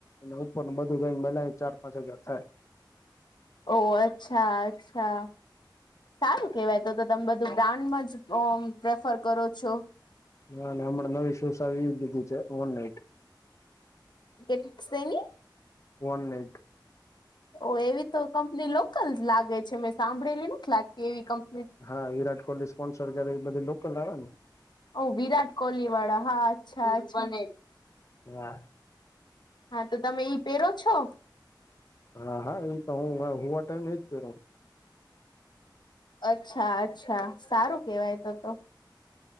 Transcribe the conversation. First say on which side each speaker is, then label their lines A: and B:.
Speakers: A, on the left (about 40°); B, on the left (about 65°).
A: એનાં ઉપર નું બધું થઈને બનાઈન ચાર પાંચ હજાર થાય.
B: ઓહ! અચ્છા-અચ્છા. સારું કહેવાય, તો-તો તમે બધું બ્રાન્ડમાં જ ઓમ પ્રેફર કરો છો.
A: હા ને હમણાં નવી શૂઝ આવી ઈ લીધી છે વન નાઈટ.
B: કેટ શેની?
A: One night.
B: ઓહ એવી તો કંપની લોકલસ જ લાગે છે, મેં સાંભળેલી નથ લાગતી એવી કંપ
A: હા વિરાટ કોહલી સ્પોન્સર કરે ઈ બધી લોકલ આવેને!
B: ઓહ વિરાટ કોહલી વાળા હા, અચ્છા-અચ્છા.
A: <inaudible>
B: હા તો તમે ઈ પહેરો છો?
A: હા, હા ઈ તો હુ મારા હુવા ટાઈમે ઈ જ પહેરું.
B: અચ્છા-અચ્છા. સારું કહેવાય તો-તો.